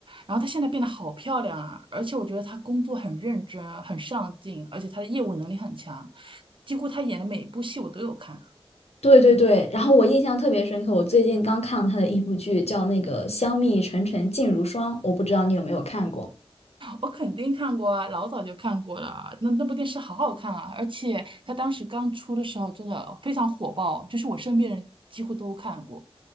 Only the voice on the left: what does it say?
对对对，然后我印象特别深刻，我最近刚看了他的一部剧，叫那个《香蜜沉沉烬如霜》，我不知道你有没有看过。